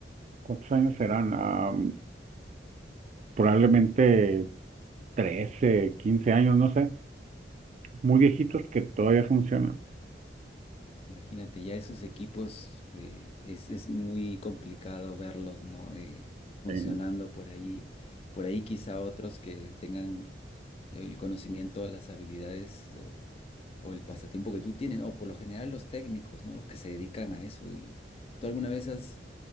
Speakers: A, on the right (about 40°); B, on the left (about 35°).
A: ¿cuántos años serán? Ah, probablemente 13 15 años, no sé, muy viejitos que todavía funcionan.
B: Imagínate, ya esos equipos eh, es, es muy complicado verlos, ¿no? Eh, funcionando
A: Sí.
B: por ahí. Por ahí quizá otros que tengan el conocimiento, las habilidades o, o el pasatiempo que tú tienes, o por lo general los técnicos, ¿no? Los que se dedican a eso. ¿Y tú alguna vez has,